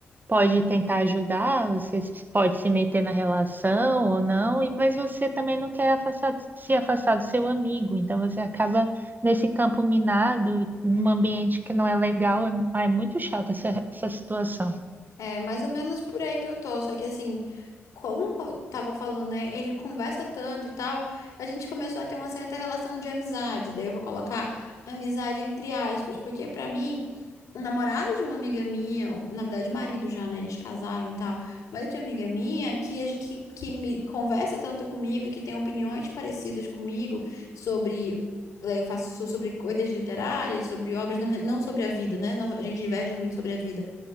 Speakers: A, on the right (about 35°); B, on the left (about 70°).
A: pode tentar ajudar, você pode se meter na relação ou não, e mas você também não quer afastar- se afastar do seu amigo, então você acaba nesse campo minado, num ambiente que não é legal, é, ah, é muito chata essa, essa situação.
B: É mais ou menos por aí que eu tô. Só que assim, como eu tava falando, né? Ele conversa tanto e tal, a gente começou a ter uma certa relação de amizade. Daí eu vou colocar amizade entre aspas, porque pra mim, o namorado de uma amiga minha, ou, na verdade, marido já, né? Eles casaram e tal. Marido de uma amiga minha que, que, que me conversa tanto comigo e que tem opiniões parecidas comigo sobre. Daí eu faço so- sobre coisas literárias, sobre obras, não, não sobre a vida, né? Nós- A gente diverge muito sobre a vida.